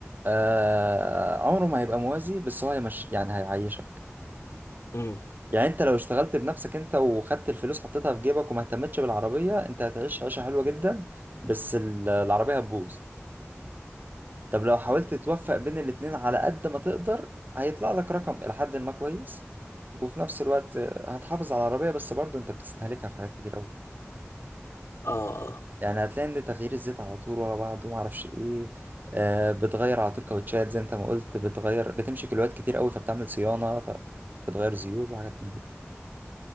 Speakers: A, on the right; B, on the left.
A: آه عمره ما هيبقى موازي بس هو هيمش يعني هيعيشك
B: امم
A: يعني انت لو اشتغلت بنفسك انت وخدت الفلوس حطيتها في جيبك وما اهتمتش بالعربية انت هتعيش عيشة حلوة جدا بس ال- العربية هتبوظ طب لو حاولت توفق بين الاتنين على قد ما تقدر هيطلع لك رقم إلى حد ما كويس وفي نفس الوقت آه، هتحافظ على العربية بس برضه انت بتستهلكها في حاجات كتير أوي
B: اه اه
A: يعني هتلاقي ان تغيير الزيت على طول ورا بعض وما اعرفش ايه آه بتغير على طول كاوتشات زي انت ما قلت بتغير بتمشي كيلوات كتير قوي فبتعمل صيانه فبتغير زيوت وحاجات من دي